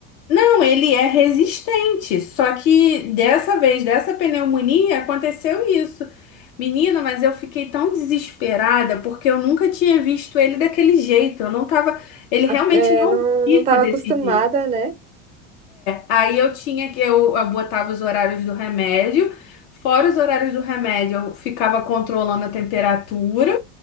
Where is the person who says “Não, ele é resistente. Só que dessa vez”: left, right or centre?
Left